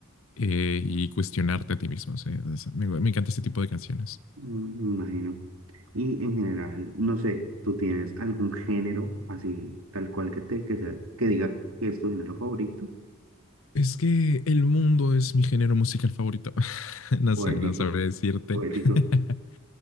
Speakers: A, on the left (about 65°); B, on the right (about 75°).
A: eh, y cuestionarte a ti mismo. o sea, es- me, me encanta este tipo de canciones.
B: Mm, Me imagino. Y en general, no sé, ¿tú tienes algún género así, tal cual que te, que sea, que diga que es tu género favorito?
A: Es que el mundo es mi género musical favorito. <laughs> No
B: Poético,
A: sé, no sabré decirte.
B: poético.
A: <laughs>